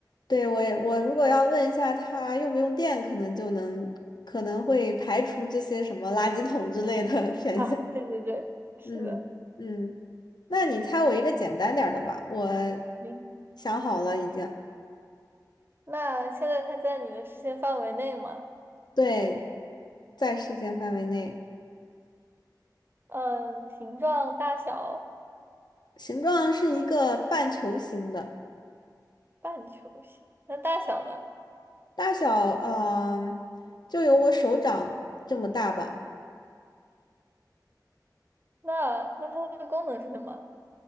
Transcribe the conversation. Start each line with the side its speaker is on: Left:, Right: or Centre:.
Left: 对，我也我如果要问一下它用不用电，可能就能，可能会排除这些什么垃圾桶之类的 <laughs> 选项。
Right: <laughs> 啊，对对对，是的。
Left: 嗯嗯，那你猜我一个简单点儿的吧，我
Right: 行，
Left: 想好了已经，
Right: 那现在它在你的视线范围内吗？
Left: 对，在视线范围内。
Right: 嗯，形状大小
Left: 形状是一个半球形的，
Right: 半球形。那大小呢？
Left: 大小嗯、就有我手掌这么大吧。
Right: 那那它的功能是什么？